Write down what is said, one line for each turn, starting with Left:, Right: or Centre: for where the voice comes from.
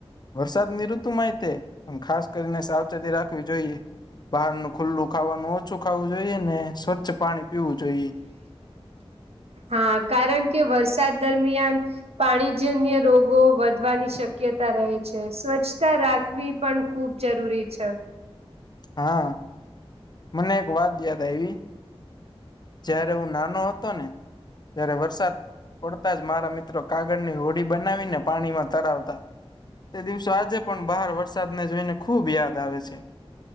Left: વરસાદની ઋતુ તું માહિતી ખાસ કરીને સાવચેતી રાખવી જોઈએ. બહારનું ખુલ્લું ખાવાનું ઓછું ખાવું જોઈએ ને સ્વચ્છ પાણી પીવું જોઈએ
Right: હા, કારણ કે વરસાદ દરમિયાન પાણી જન્ય રોગો વધવાની શક્યતા રહે છે. સ્વચ્છતા રાખવી પણ ખુબ જરૂરી છે.
Left: હા, મને એક વાત યાદ આઈવી જયારે હું નાનો હતો ને, ત્યારે વરસાદ પડતા જ મારા મિત્રો કાગળની હોડી બનાવીને પાણીમાં તરાવતા. તે દિવસો આજે પણ બહાર વરસાદને જોઈને ખુબ યાદ આવે છે.